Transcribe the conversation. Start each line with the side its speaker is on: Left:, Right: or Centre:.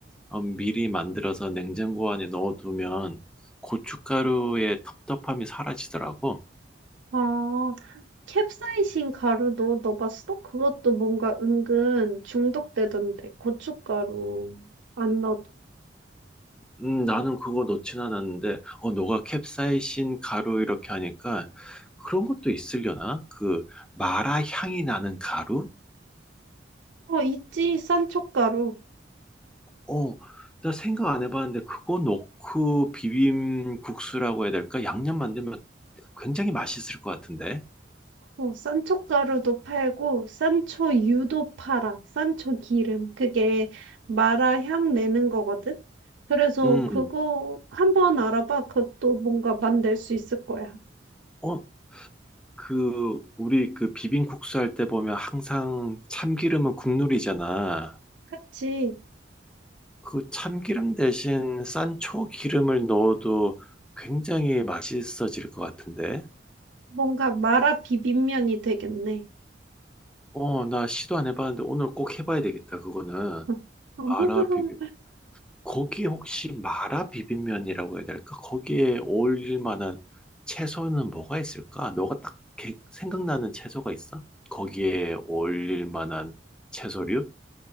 Centre: 어, 미리 만들어서 냉장고 안에 넣어두면 고춧가루의 텁텁함이 사라지더라고.
Right: 아, 캡사이신 가루도 넣어봤어? 그것도 뭔가 은근 중독되던데, 고춧가루 안 넣어도.
Centre: 음, 나는 그거 넣진 않았는데, 어, 너가 캡사이신 가루 이렇게 하니까 그런 것도 있으려나? 그 마라 향이 나는 가루?
Right: 어, 있지, 산초가루.
Centre: 어, 나 생각 안 해봤는데 그거 넣고 비빔국수라고 해야 될까? 양념 만들면 굉장히 맛있을 것 같은데.
Right: 어, 산초가루도 팔고, 산초유도 팔아, 산초기름. 그게 마라 향 내는 거거든? 그래서
Centre: 음,
Right: 그거 한번 알아봐. 그것도 뭔가 만들 수 있을 거야.
Centre: 어, 그, 우리 그 비빔국수 할 때 보면 항상 참기름은 국룰이잖아.
Right: 그치?
Centre: 그 참기름 대신 산초 기름을 넣어도 굉장히 맛있어질 것 같은데.
Right: 뭔가 마라 비빔면이 되겠네.
Centre: 어, 나 시도 안 해봤는데 오늘 꼭 해봐야 되겠다, 그거는.
Right: <laughs>
Centre: 마라 비빔, 거기 혹시 마라 비빔면이라고 해야 될까? 거기에 어울릴 만한 채소는 뭐가 있을까? 너가 딱 개- 생각나는 채소가 있어? 거기에 어울릴 만한 채소류?